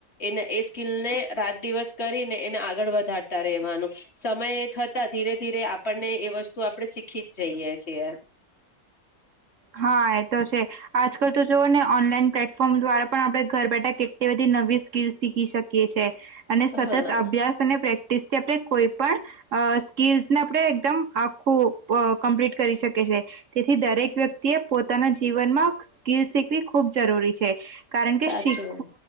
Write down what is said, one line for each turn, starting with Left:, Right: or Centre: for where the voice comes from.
Left: એને એ સ્કીિલને રાત દિવસ કરીને એને આગળ વધારતા રહેેવાનું સમય થતા ધીરે ધીરે આપણને એ વસ્તુ આપણે શીખી જ જઈએ છીએ.
Right: હા એ તો છે આજકાલ તો જુઓ ને ઓનલાઈન પ્લેટફોર્મ દ્વારા પણ આપણે ઘર બેઠા કેટલી બધી નવી સ્કીલ શીખી શકીએ છીએ. અને સતત
Left: હા.
Right: અભ્યાસ અને પ્રે. કોઈ પણ સ્કીસને આપણે એકદમ આખું કમ્પ્લીટ કરી શકી છે તેથી દરેક વ્યક્તિ. તે પોતાના જીવનમાં સ્કીલ શીખવી ખૂબ. જરી છે કારણ
Left: સાચું.
Right: કે શીુંી.